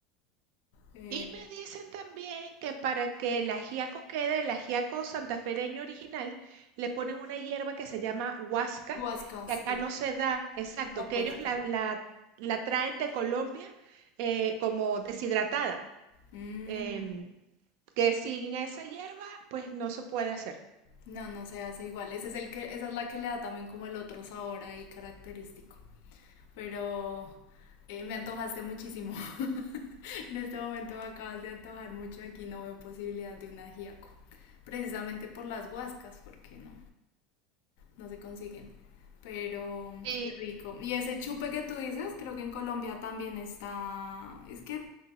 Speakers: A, on the left; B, on the right.
A: Eh,
B: Y me dicen también que para que el ajiaco quede, el ajiaco santafereño original, le ponen una hierba que se llama huasca,
A: Huasca,
B: que
A: sí.
B: acá no se da, exacto,
A: No,
B: que
A: pues
B: ellos la,
A: sí.
B: la- la traen de Colombia eh, como deshidratada,
A: Mm,
B: em, que sin esa hierba pues no se puede hacer.
A: no, no se hace igual. Ese es el que, esa es la que le da también como el otro sabor ahí característico. Pero eh, me antojaste muchísimo. <laughs> En este momento me acabas de antojar mucho. Aquí no veo posibilidad de un ajiaco. Precisamente por las huascas, porque no. no se consiguen. Pero
B: Y,
A: qué rico. Y ese chupe que tú dices, creo que en Colombia también está. Es que